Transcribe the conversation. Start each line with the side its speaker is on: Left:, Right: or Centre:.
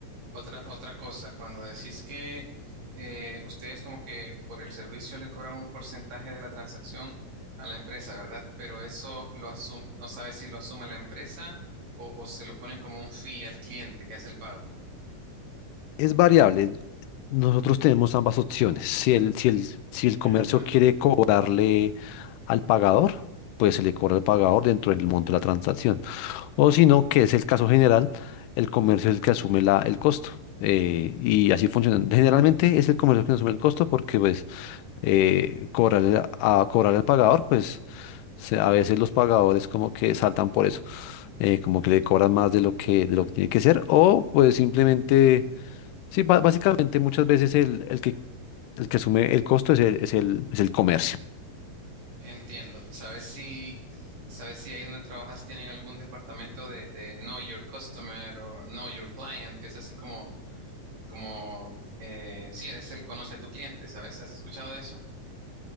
Right: Otra, otra cosa, cuando decís que eh, ustedes como que por el servicio le cobran un porcentaje de la transacción a la empresa, ¿verdad? Pero eso lo asum- no sabes si lo asume la empresa o, o se lo ponen como un fee al cliente que hace el pago.
Left: Es variable. Nosotros tenemos ambas opciones. Si el, si el, si el comercio
Right: Ajá.
Left: quiere cobrarle al pagador, pues se le cobra al pagador dentro del monto de la transacción. O si no, que es el caso general, el comercio es el que asume la, el costo. Eh, y así funciona. Generalmente es el comercio que asume el costo porque pues eh, cobrarle a, a cobrar al pagador, pues se- a veces los pagadores como que saltan por eso, eh, como que le cobran más de lo que, de lo que tiene que ser o pues simplemente Sí, ba- básicamente muchas veces el, el que, el que asume el costo es el, es el, es el comercio.
Right: Entiendo. ¿Sabes si, sabes si ahí donde trabajas tienen algún departamento de, de Know Your Customer o Know Your Client, que es así como, como eh, sí, es el conoce a tu cliente, ¿sabes? ¿Has escuchado de eso?